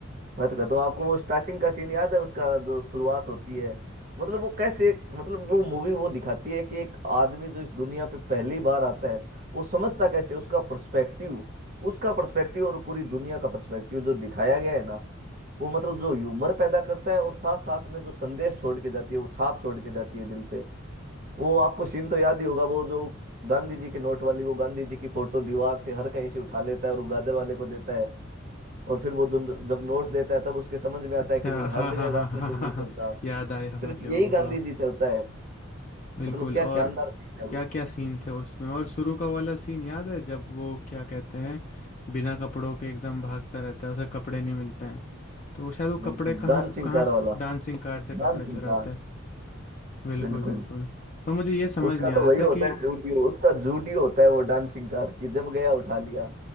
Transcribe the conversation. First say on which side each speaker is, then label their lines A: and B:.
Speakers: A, on the right; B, on the left.
A: मैं तो कहता हूँ आपको वो स्टार्टिंग का सीन याद है उसका जो शुरुआत होती है मतलब वो कैसे मतलब वो मूवी वो दिखाती है कि एक आदमी जो इस दुनिया पे पहली बार आता है वो समझता कैसे उसका पर्सपेक्टिव उसका पर्सपेक्टिव और पूरी दुनिया का पर्सपेक्टिव जो दिखाया गया है ना वो मतलब जो ह्यूमर पैदा करता है और साथ साथ में जो संदेश छोड़ के जाती है वो छाप छोड़ के जाती है दिल पे वो आपको सीन तो याद ही होगा वो जो गांधी जी के नोट वाली वो गांधी जी की फोटो दीवार से हर कहीं से उठा लेता है और वो गाजर वाले को देता है और फिर वो जो- जब नोट देता है तब उसके समझ में आता
B: अच्छा
A: है कि नहीं हर
B: हाँ
A: जगह
B: हाँ हाँ
A: गांधी
B: हाँ हाँ
A: जी
B: हाँ
A: नहीं
B: हाँ,
A: चलता
B: याद आया मुझे
A: सिर्फ
B: वो
A: यही गांधी
B: हाँ
A: जी चलता है
B: बिल्कुल
A: मतलब क्या
B: और
A: शानदार सीन है
B: क्या
A: वो
B: क्या सीन थे उसमें और शुरू का वाला सीन याद है जब वो क्या कहते हैं बिना कपड़ों के एकदम भागता रहता है उसे कपड़े नहीं मिलते हैं तो वो शायद वो
A: बिल्कुल
B: कपड़े कहाँ
A: डांसिंग
B: कहाँ
A: कार वाला
B: डांसिंग कार से कपड़े
A: Dancing
B: चुराता
A: car
B: है बिल्कुल
A: बिल्कुल
B: बिल्कुल तो मुझे ये समझ
A: उसका
B: नहीं आ
A: तो
B: रहा
A: वही
B: था
A: होता
B: कि
A: है जूडियो उसका जूडियो होता है वो डांसिंग कार कि जब गया उठा लिया